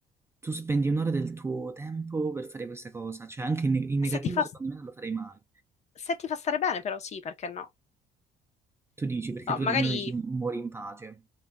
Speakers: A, on the right; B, on the left.
A: tu spendi un'ora del tuo tempo per fare questa cosa, cioè anche in, in negativo
B: Se ti fa,
A: secondo me non lo farei mai.
B: se ti fa stare bene, però sì, perché no?
A: Tu dici, perché
B: Oh,
A: tu
B: magari
A: almeno dici muori in pace.